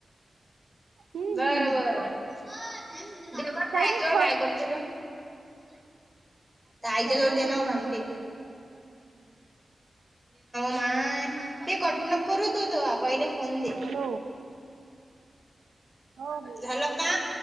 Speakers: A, on the right; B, in the centre.
A: हम्म
B: बरं
A: हम्म हम्म
B: बरं जव त्या
A: काही
B: आईजवर
A: नाही ठेव
B: काय करते त आईच्या
A: ठेव
B: जवळ दे ना
A: आमचे
B: भामते माय ते कटनप करत होतो पहिले फोन दे.
A: हॅलो हो हो
B: झालं का?